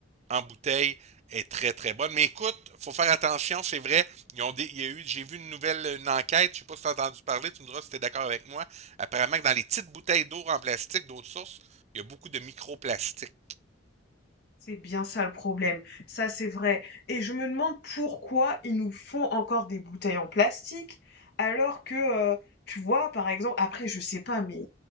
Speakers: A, on the right (about 35°); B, on the left (about 55°).
A: en bouteille est très très bonne. Mais écoute, il faut faire attention, c'est vrai. Ils ont des, il y a eu, j'ai vu une nouvelle une enquête, je ne sais pas si tu as entendu parler, tu me diras si tu es d'accord avec moi. Apparemment que dans les petites bouteilles d'eau en plastique d'autres sources, il y a beaucoup de microplastiques.
B: C'est bien ça le problème. Ça, c'est vrai. Et je me demande pourquoi ils nous font encore des bouteilles en plastique, alors que, euh, tu vois, par exemple, après, je sais pas, mais